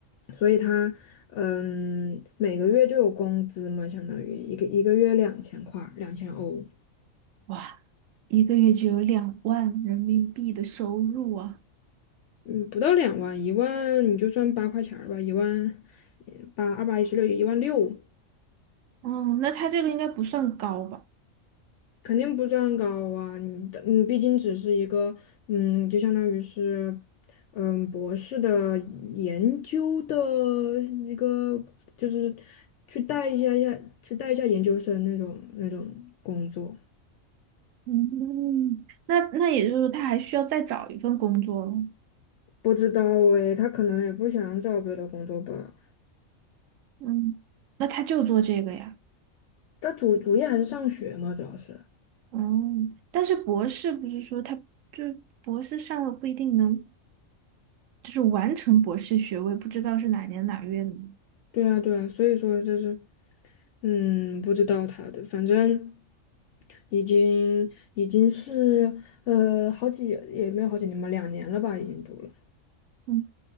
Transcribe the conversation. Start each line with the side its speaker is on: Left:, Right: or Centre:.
Left: 所以他嗯每个月就有工资嘛，相当于一个一个月两千块儿两千欧，
Right: 哇，一个月就有两万人民币的收入啊！
Left: 嗯不到两万，一万你就算八块钱儿吧，一万呃八二八一十六，一万六。
Right: 哦，那他这个应该不算高吧？
Left: 肯定不算高啊，你的你毕竟只是一个，嗯，就相当于是，嗯，博士的研究的一个，就是去带一下下，去带一下研究生那种那种工作。
Right: 嗯，那那也就是说他还需要再找一份工作了。
Left: 不知道诶，他可能也不想找别的工作吧。
Right: 嗯，那他就做这个呀。
Left: 他主主业还是上学嘛，主要是。
Right: 嗯，但是博士不是说他就是博士上了不一定能，就是完成博士学位，不知道是哪年哪月的吗？
Left: 对啊，对啊，所以说就是，嗯，不知道他的，反正已经已经是呃好几也没有好几年吧，两年了吧，已经读了。
Right: 嗯，